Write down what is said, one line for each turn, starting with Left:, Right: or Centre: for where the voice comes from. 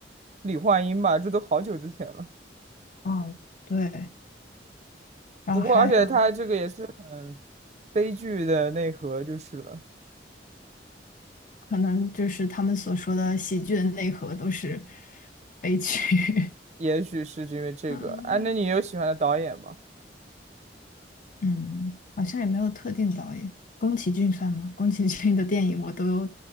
Right: 李焕英吧，这都好久之前了。
Left: 哦，对，然后还有
Right: 不过，而且它这个也是很悲剧的内核，就是了。
Left: 可能就是他们所说的喜剧的内核都是悲剧。
Right: 也许是因为这个。
Left: <laughs> 嗯。嗯
Right: 哎、啊那你有喜欢的导演吗？
Left: 嗯，好像也没有特定导演，宫崎骏算吗？<laughs> 宫崎骏的电影我都